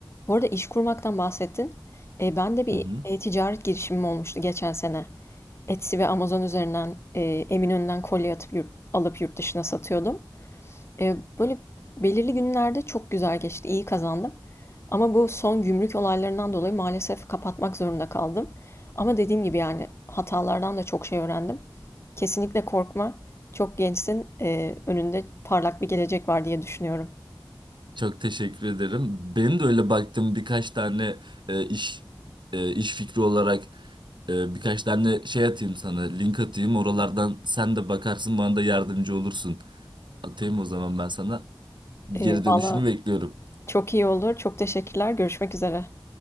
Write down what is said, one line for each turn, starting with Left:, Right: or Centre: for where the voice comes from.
Left: Bu arada iş kurmaktan bahsettin. E, ben de bir
Right: Hı hı.
Left: e-ticaret girişimim olmuştu geçen sene. Etsy ve Amazon üzerinden e, Eminönü'nden kolye atıp yurt, alıp yurt dışına satıyordum. E, böyle belirli günlerde çok güzel geçti, iyi kazandım. Ama bu son gümrük olaylarından dolayı maalesef kapatmak zorunda kaldım. Ama dediğim gibi yani hatalardan da çok şey öğrendim. Kesinlikle korkma. Çok gençsin. E, önünde parlak bir gelecek var diye düşünüyorum.
Right: Çok teşekkür ederim. Benim de öyle baktığım birkaç tane e, iş e, iş fikri olarak e, birkaç tane şey atayım sana, link atayım. Oralardan sen de bakarsın, bana da yardımcı olursun. Atayım o zaman ben sana.
Left: E,
Right: Geri dönüşünü
Left: valla
Right: bekliyorum.
Left: çok iyi olur. Çok teşekkürler. Görüşmek üzere.